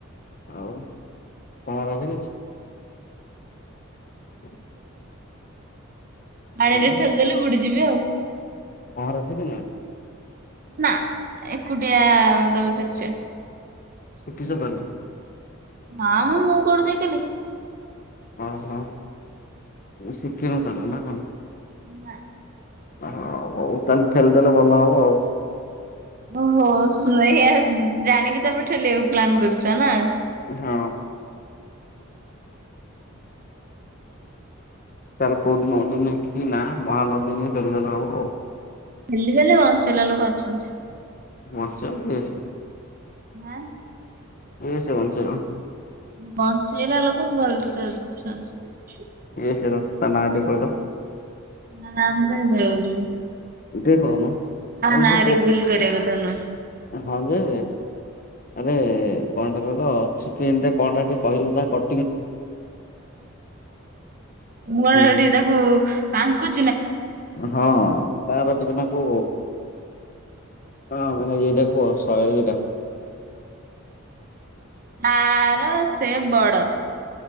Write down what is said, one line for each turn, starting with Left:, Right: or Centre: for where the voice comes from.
Left: ଆଉ କଣ ରହିଯାଇଛ? <unintelligible>
Right: ଆଣିଲେ
Left: ହଁ
Right: ଠେଲିଦେଲେ ବୁଡିଯିବି ଆଉ।
Left: ପହଁରା ସିକିଚୁନା?
Right: ନା ଏକୁଟିଆ ତମେ ଶିଖିଛ?
Left: ଶିଖିଛ ତାହେଲେ।
Right: ନା ମୁଁ ମୁଁ କୋଉଠୁ ଶିକିଲି।
Left: ଓ ହୋ ଶିଖିନୁ ତାହେଲେ ନା କଣ?
Right: ନା।
Left: ହଁ ହଉ ତାହେଲେ ଠେଲି ଦେଲେ ଭଲ ହବ ଆଉ।
Right: ଓହୋ ଏଇଆ ଜାଣିକି ତାମରେ ଠେଲିବାକୁ ପ୍ଲାନ୍ କରୁଛ ନା।
Left: ହଁ। ତାହେଲେ କଉଦିନଠୁ ନେଇକିନା ମହାନଦୀ ନେଇ ଠେଲିଦେଲେ ହବ ଆଉ।
Right: ବୁଡିଗଲେ ବଞ୍ଚେଇବା ଲୋକ ଅଛନ୍ତି।
Left: ବଞ୍ଚେଇବ କିଏ ସେ?
Right: ଆଁ।
Left: କିଏ ସେ ବଞ୍ଚାଇବ
Right: ବଞ୍ଚେଇବା ଲୋକ ଭଲ ସେ ଅଛନ୍ତି।
Left: କିଏ ସେ ତା ନା ଟିକେ କହିଲ?
Right: ନା ମୁଁ କାଇଁ କହିବିକି?
Left: ଟିକେ କୋହୁନ ଭଲ
Right: ନାଁ
Left: ସେ
Right: ରିଭିଲ୍
Left: କୁହ
Right: କରିବା କଥା ନୁହେଁ।
Left: ହଁ ଯେ ଆରେ କଣ ଟା କହିଲ ଅିକମତି କଣ ଟା ଟିକେ କହିଲେ ତା କ
Right: ମର
Left: ହୁଁ
Right: ସେଠି ତାକୁ କାଙ୍କୁ
Left: ହଁ ତ ରାତିିକନାକୁ ହଁ ମାନେ ଏଟା ପୁଅ ଶହ ବିଟା
Right: ତାର ସେ ବଡ